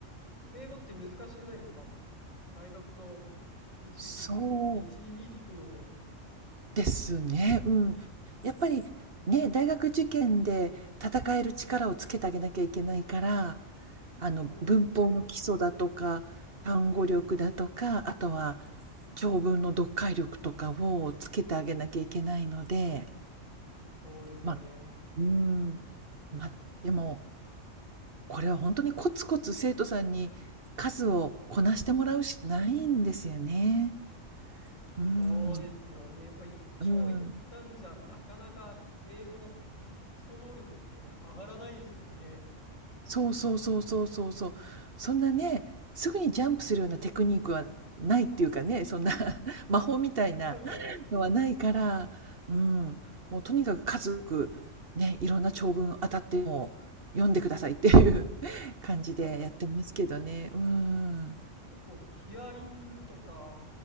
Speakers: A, on the left; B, on the right.
A: 英語って難しくないですか大学と導くいく、
B: そう
A: 導いていくので。
B: ですね。うん。やっぱりね、大学受験で戦える力をつけてあげなきゃいけないから、あの文法の基礎だとか単語力だとかあとは
A: そうですよね。
B: 長文の読解力とかをつけてあげなきゃいけないので
A: そうですよね。
B: まあうーんまあでもこれは本当にコツコツ生徒さんに数をこなしてもらうしかないんですよね。うん、
A: そうですよね。まあ、一長一短じゃなかなか英語の
B: うん、
A: 基礎能力って上がらないですもんね。
B: そうそうそうそうそうそう。そんなね、すぐにジャンプするようなテクニックはないっていうかね、そんな <laughs> 魔法みたいな
A: <laughs> そうです。
B: のはないから、うん、もうとにかく数多くね、いろんな長文当たっても読んでくださいっていう <laughs> 感じでやってますけどね。
A: <laughs>
B: うん。
A: 結構ヒアリングとか、